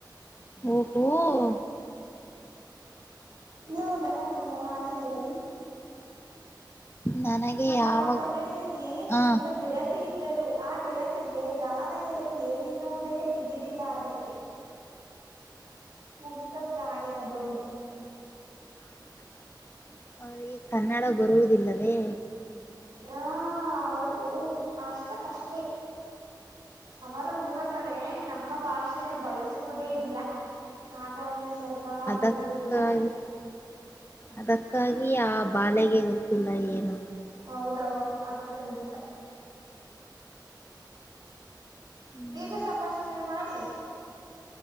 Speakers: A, on the left (about 30°); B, on the right (about 65°).
A: ಓಹೋ ಓ
B: ನೀವು ಬನವನ್ನು ಹಾಡು ಹೇಳರಿ.
A: ನನಗೆ
B: ನಮ್ಮ
A: ಯಾವಾಗ
B: ಕೊಠಡಿಯಲ್ಲಿ
A: ಆ.
B: ಒಂದು ಗೆಳತಿ ಇ ದರು ಆ ಗೆಳತಿಗೆ ಗಾನ ಎಂದ್ರೆ ಏನೆನ್ನುವುದೇ ತಿಳಿದಿಲ್ಲ ಅದಕ್ಕೆ. ಮುಗ್ಧ ಪ್ರಾಣಿ ಅದೊಂದು.
A: <inaudible> ಅವ್ರಿಗೆ ಕನ್ನಡ ಬರುವುದಿಲ್ಲವೇ.
B: ಯಾ ಅವರು ಅಷ್ಟಕಷ್ಟೇ. ಅವರ ಊರ ಕಡೆ ನಮ್ಮ ಭಾಷೆಯನ್ನು ಬಳಸುವುದೇ ಇಲ್ಲಾ. ಹಾಗಾಗಿ ಸ್ವಲ್ಪಾ
A: ಅದಕ್ಕಾಗಿ
B: ಬರುವುದಿಲ್ಲಾ.
A: ಅದಕ್ಕಾಗಿ ಆ ಬಾಲೆಗೆ ಗೊತ್ತಿಲ್ಲಾ ಏನು.
B: ಹೌದೌದು ಅದು ಖಂಡಿತಾ.
A: ಹ್ಮ್.
B: ನೀವು ಸಂಭಾಷಣೆ ಮಾಡಿ.